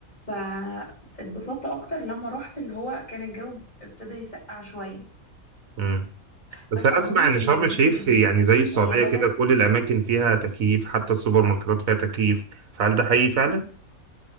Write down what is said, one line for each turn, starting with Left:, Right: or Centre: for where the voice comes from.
Left: فاتبسطت اكتر لما رحت اللي هو كان الجو ابتدى يسقع شويه
Right: امم
Left: بس
Right: بس انا
Left: عموما
Right: اسمع ان
Left: هي
Right: شرم
Left: لذيذه
Right: الشيخ
Left: جدا
Right: يعني زي السعودية
Left: هي بلد
Right: كده كل الاماكن فيها تكييف حتى السوبر ماركتات فيها تكييف فهل ده حقيقي فعلا